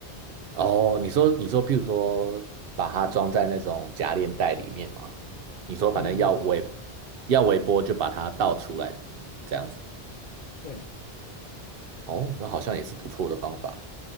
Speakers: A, on the right; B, on the left.
A: 哦，你说你说，譬如说把它装在那种夹链袋里面嘛，你说反正要微
B: 对对对对对
A: 要微波就把它倒出来这样子。
B: 对，
A: 哦，那好像也是不错的方法。